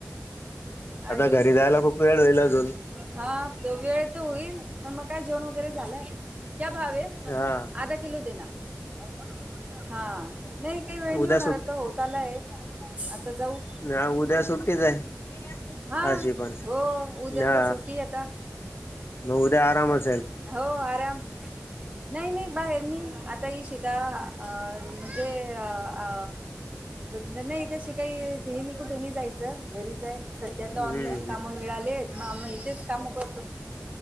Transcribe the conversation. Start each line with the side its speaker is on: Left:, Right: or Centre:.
Right: अजून
Left: आता घरी
Right: क-
Left: जायला खूप वेळ होईल अजून?
Right: हा त वेळ तर होईल, पण मग काय जेवण वगैरे झालंय. <unintelligible>
Left: हा
Right: <unintelligible> हा नाही काही वेळ नाही
Left: उद्या
Right: होणार
Left: सुट
Right: आता होत आलंय आता जाऊ.
Left: हा उद्या सुट्टीच आहे
Right: हा
Left: अशी पण
Right: हो उद्या
Left: हा.
Right: तर सुट्टी आहे आता
Left: उद्या आरामच.
Right: हो आराम. नाही नाही बाहेर नाही, आता ही शीता अ म्हणजे अ नाही तशी काही हे नाही कुठे नाही जायचं घरीच आहे. सध्या
Left: हम्म
Right: तर ऑनलाईन कामं मिळालीयत मग आम इथेच काम कर